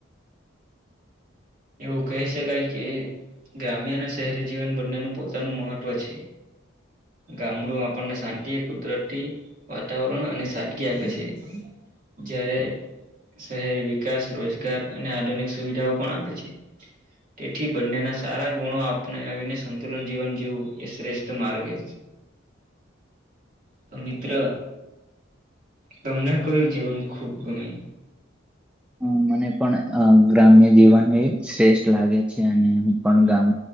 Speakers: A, in the centre; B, on the right.
A: <inaudible>
B: એવું કહી શકાય કે ગ્રામ્ય અને શહેરી જીવન બંનેનું પોતાનું મહત્વ છે. ગામુડું આપણને શાંતિ, કુદરતી વાતાવરણ અને સાદગી આપખે છે જ્યારે શહેર વિકાસ, રોજગાર અને આધુનિક સુવિધાઓ પણ આપે છે. તેથી બંને ના સારા ગુણો આપણને આવીને સંતુલન જીવન જેવું એ શ્રેષ્ઠ માર્ગ છે.
A: <inaudible>
B: તો મિત્ર તમને કયું જીવન ખુબ ગમે?
A: હ મને પણ ગ્રામ્ય જીવન એ શ્રેષ્ઠ લાગે છે અને હું પણ ગામ